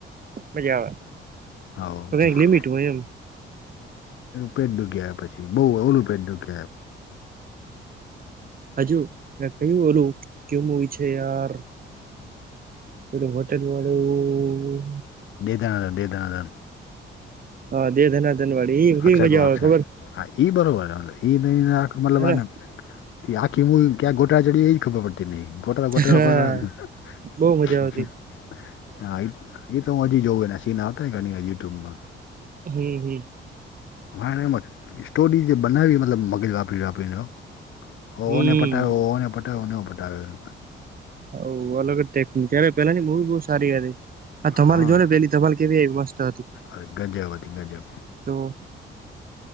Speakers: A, on the right; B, on the left.
A: મજા આવે
B: હા
A: પર એક લિમિટ હોયે એમ
B: પેટ દુખીયા આવે પછી બઉ ઓલું પેટ દુખે
A: હજુ પેલું ઓલું કેવું મુવી છે, યાર પેલુ હોટેલ વાળું
B: દે દનાદન દેતાનાદન
A: હા દે ધનાધન વાડી એઈ કેવી
B: અક્ષર
A: મજા
B: કો અક્ષર
A: આવેય ખબર
B: હા એ બરોબર આવે એને મતલબને
A: હેને
B: આ કીમું ક્યાં ગોટા ચડીએ એ ખબર પડ તેને <unintelligible>
A: હા બહુ મજા આવતી
B: હા આ એ તો હું હજી જોઉું એને સીન આતા ઘણી હજી યુટુંબમાં
A: હ હ
B: હ એમાં સ્ટોરી જે બનાવી મતલબ મગજ વાપરી વાપરીને હો હોહોને
A: હમ
B: પટાવ્યોને પટ્યોને પટાવ્યો.
A: હો અલગ જ. ટે ત્યારે પેલાની મૂવી બહુ સારી હતી આ
B: હા.
A: તમારે જો ને પેલી ધમાલ કેવી એવી મસ્ત હતી.
B: અરે ગંજબ હતી ગજબ.
A: તો.